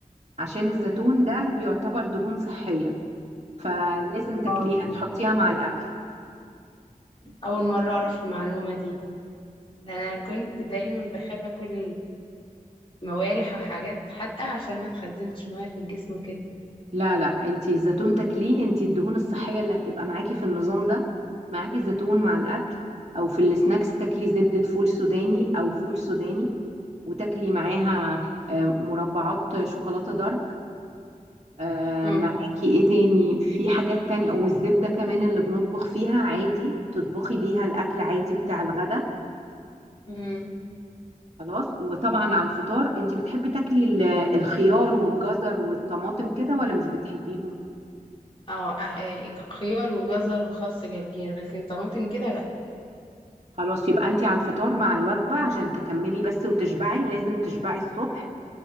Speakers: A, on the right; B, on the left.
A: عشان الزيتون ده يعتبر دهون صحيه فلازم
B: آه.
A: تاكليها تحطيها مع الاكل
B: أول مرة أعرف المعلومة دي ده أنا كنت دايما بخاف أكل موالح وحاجات حادقة عشان ما تخزنش مية في الجسم وكده
A: لا لا انتي الزيتون تاكليه انتي الدهون الصحية اللي هتبقى معاكي في النظام ده معاكي زيتون مع الأكل أو في السناكس تاكلي زبدة فول سوداني أو فول سوداني وتاكلي معاها آم، مربعات شوكولاتة دارك آم،
B: امم
A: معاكي ايه تاني في حاجات تانية والزبدة كمان اللي بنطبخ فيها عادي تطبخي بيها الأكل عادي بتاع الغدا
B: امم
A: خلاص وطبعا على الفطار انتي بتحبي تاكلي ال- الخيار والجزر والطماطم كده ولا مش بتحبيهم؟
B: اه أح- خيار وجزر وخس جرجير لكن طماطم كده لا
A: خلاص يبقى انت على الفطار مع الوجبة عشان تكملي بس وتشبعي لازم تشبعي الصبح